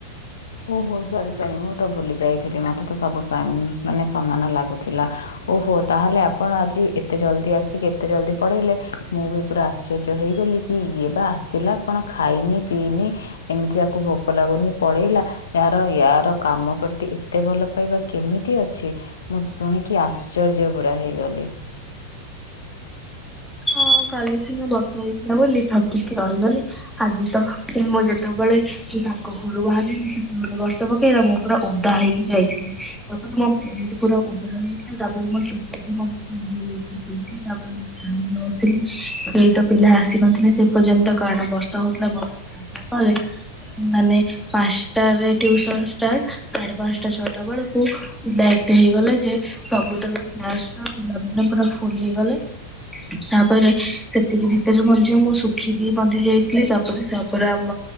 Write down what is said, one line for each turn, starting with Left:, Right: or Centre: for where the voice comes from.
Left: ଓହୋ ସରି ସରି ମୁଁ ତ ଭୁଲି ଯାଇଥିଲି ମ ତେ ସବୁ ମାନେ ସମାନ ଲାଗୁଥିଲା ଓହୋ ତାହେଲେ ଆପଣ ଆଜି ଏତେ ଜଲଦି ଆସି କେତେ ଜଲଦି ପଢେଇଲେ ମୁଁ ବି ପୁରା ଆଶ୍ଚର୍ଯ୍ୟ ହେଇଗଲି କି ଇଏ ବା ଆସିଲା କଣ ଖାଇନି ପିଇ ଏମିତି ତାକୁ ଭୋକ ଲାଗୁନି ପଳେଇଲା ୟାର ୟାର କାମ ପ୍ରତି ଏତେ ଭଲ ପାଇବା କେମିତି ଅଛି ମୁଁ ଶୁଣିକି ଆଶ୍ଚର୍ଯ୍ୟ ପୂଜ ପୁରା ହେଇଗଲି।
Centre: ହଁ କାଲି ସିନା ବର୍ଷା ହେଇଥିଲା ବୋଲି ଠକିକି ରହିଗଲି ଆଜି ତ ମୁଁ ଯେତେବେଳେ କି ତାଙ୍କ ଘରୁ ବାହାରିଲି ସେତେବେଳେ ବର୍ଷ ପକେଇଲା ମୁଁ ପୁରା ଓଦା ହେକ ଯାଇଥିଲି ତାପରେ ମୁଁ ସେି ପୁରା ଓଦାଳାଇଥିଲା ତାପରେ ଆ ଚ ମଧ୍ୟ ମଯାଇଥିଲା ସେଇଠି ତାପରେ କେହି ତ ପିଲା ଆସିନଥିଲେ ସେ ପର୍ଯ୍ୟନ୍ତ କାରଣ ବର୍ଷା ହଉଥିଲା ବର୍ଷ ଛାଡିଲା ପରେ ମାନେ ପାଞ୍ଚଟାରେ ଟ୍ୟୁସନ ାର୍ଟ ସାଢେ ପାଞ୍ଚଟା ଛଅଟା ବେଳକୁ ଏତ ହେଇଗଲେ ଯେ ସବୁ ତାଙ୍କ କ୍ଲାସ ର ପିଲାମାନେ ପୁରା ଫୁଲ ହେଇଗଲେ ତାପରେ ସେତିକି ଭିତରେ ମଧ୍ୟ ମୁଁ ଶୁଖିକି ବନ୍ଧି ଯାଇଥିଲି ତାପରେ ତାପରେ ଆମ